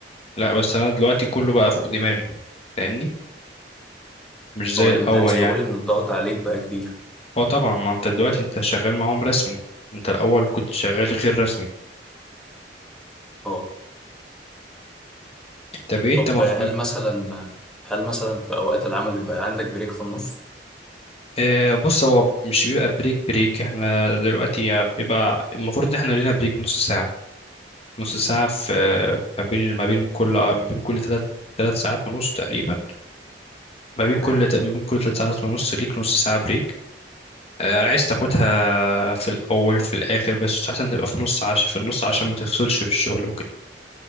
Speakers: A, on the left; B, in the centre.
A: لا بس أنا دلوقتي كله بقى فوق دماغي فاهمني مش زي
B: هو
A: الأول
B: يعني انت عايز
A: يعني
B: تقول ان الضغط عليك بقى كبير
A: أه طبعا ما أنت دلوقتي أنت شغال معاهم رسمي أنت الأول كنت شغال غير رسمي
B: اه
A: طب إيه أنت
B: طب
A: مف...
B: هل مثلا هل مثلا في اوقات العمل بيبقى عندك بريك في النص
A: آه، بص هو مش بيبقى بريك بريك احنا دلوقتي بيبقى المفروض ان احنا لينا بريك نص ساعة نص ساعة في ما بين ما بين كل ما بين كل ثلاث ثلاث ساعات ونص تقريبا ما بين
B: تمام
A: كل ت- ما بين كل ثلاث ساعات ونص ليك نص ساعة بريك آه، عايز تاخدها في الأول في الآخر بس أحسن تبقى في نص عشان في النص عشان ما تفصلش في الشغل وكده